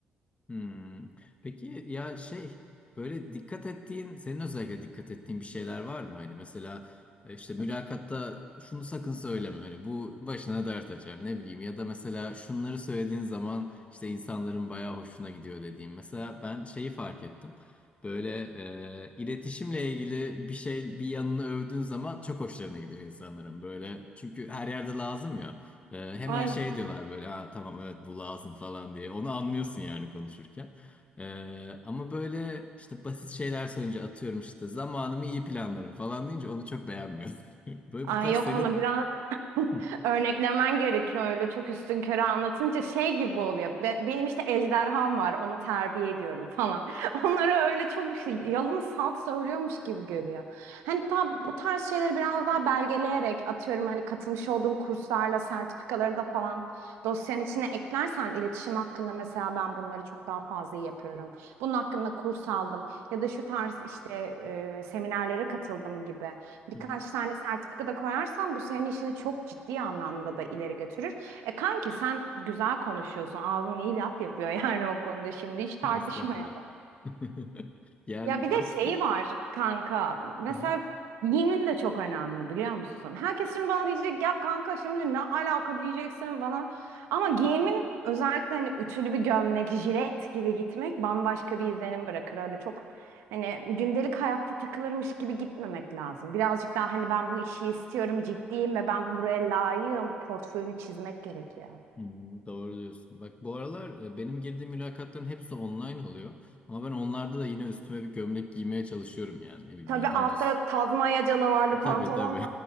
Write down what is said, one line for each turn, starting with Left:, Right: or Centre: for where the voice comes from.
Left: Hmm. Peki ya şey böyle dikkat ettiğin senin özellikle dikkat ettiğin bir şeyler var mı? Hani mesela e, işte mülakatta şunu sakın söyleme hani bu başına dert açar ne bileyim ya da mesela şunları söylediğin zaman işte insanların bayağı hoşuna gidiyor dediğim. Mesela ben şeyi fark ettim. Böyle e, iletişimle ilgili bir şey bir yanını övdüğün zaman çok hoşlarına gidiyor insanların böyle çünkü her yerde lazım ya. Ee, hemen
Right: Aynen.
Left: şey diyorlar böyle ha, tamam evet bu lazım falan diye. Onu anlıyorsun yani konuşurken. Ee, ama böyle işte basit şeyler söyleyince atıyorum işte zamanımı iyi planlarım falan deyince onu çok beğenmiyorum. <laughs> Böyle
Right: Ay
Left: bu tarz
Right: yok
Left: senin
Right: onu biraz
Left: Hı,
Right: Örneklemen gerekiyor öyle çok üstünkörü anlatınca şey gibi oluyor. Be- benim işte ejderham var onu terbiye ediyorum falan. <laughs> Onlara öyle çok şey, yalın salt söylüyormuş gibi görüyor. Hani tam bu tarz şeyleri biraz daha belgeleyerek atıyorum hani katılmış olduğun kurslarla sertifikaları da falan dosyanın içine eklersen iletişim hakkında mesela ben bunları çok daha fazla iyi yapıyorum. Bunun hakkında kurs aldım ya da şu tarz işte e, seminerlere katıldım gibi birkaç
Left: Hı hı.
Right: tane sertifika da koyarsan bu senin işini çok ciddi anlamda da ileri götürür. E kanki sen güzel konuşuyorsun. Ağzın iyi laf yapıyor <laughs> yani o konuda şimdi hiç tartışma
Left: estağfurullah.
Right: yok.
Left: <laughs> Yani
Right: Ya bir de
Left: aslında
Right: şeyi var kanka. Mesela
Left: Hı hı.
Right: giyimin de çok önemli biliyor musun? Herkes şimdi bana diyecek ya kanka şimdi ne alaka diyeceksin bana. Ama giyimin özellikle hani ütülü bir gömlek, jilet gibi gitmek bambaşka bir izlenim bırakır. Öyle çok hani gündelik hayatta takılırmış gibi gitmemek lazım. Birazcık daha hani ben bu işi istiyorum, ciddiyim ve ben buraya layığım portföyünü çizmek gerekiyor.
Left: Hmm, doğru diyorsun. Bak bu aralar e, benim girdiğim mülakatların hepsi online oluyor. Ama ben onlarda da yine üstüme bir gömlek giymeye çalışıyorum yani ne bileyim
Right: Tabii
Left: öyle
Right: altta
Left: dümdüz.
Right: Tazmanya canavarlı pantolon
Left: Tabii tabii.